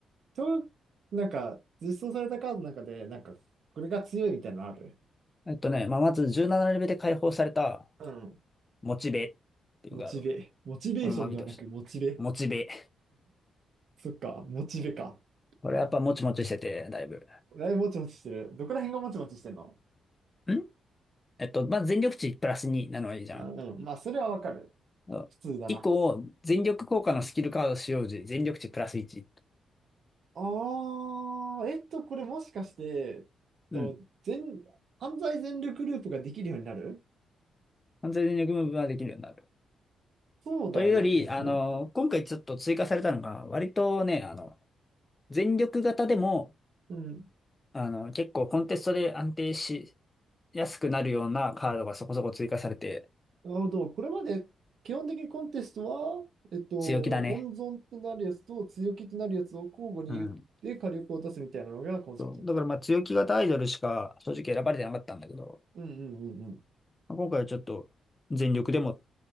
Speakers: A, on the right (about 50°); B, on the left (about 15°).
A: と、なんか、実装されたカードの中で、なんか、これが強いみたいなのある
B: えっとね、まあまず17レベルで解放された、
A: うん。
B: モチベっていうカード。
A: モチベ。モチベーションではなく、
B: これまみとして。
A: モチベ。
B: モチベ。
A: そっか、モチベか。
B: これやっぱもちもちしてて、
A: うん。
B: だいぶ。
A: だいぶもちもちしてる。どこら辺がもちもちしてんの
B: んえっと、まあ、全力値プラス2なのはいいじゃん。
A: あうん。まあ、それはわかる。
B: そう一個、
A: 普通だな。
B: 全力効果のスキルカード使用時、全力値プラス1。
A: ああ、えっと、これもしかして、と、
B: うん。
A: 全、犯罪全力ループができるようになる
B: 完全全力ムーブができるようになる。
A: そうだよね。
B: というより、あの、
A: うん。
B: 今回ちょっと追加されたのが、割とね、あの、全力型でも、
A: うん。
B: あの、結構コンテストで安定しやすくなるようなカードがそこそこ追加されて、
A: なるほど。これまで、基本的にコンテストは、えっと、
B: 強気だね。
A: 温存ってなるやつと強気ってなるやつを交互に打って火力を出すみたいなのがコンセプトだった。
B: うん。そう。だからまあ強気型アイドルしか正直選ばれてなかったんだけど、
A: うんうんうんうん。
B: まあ今回はちょっと全力でも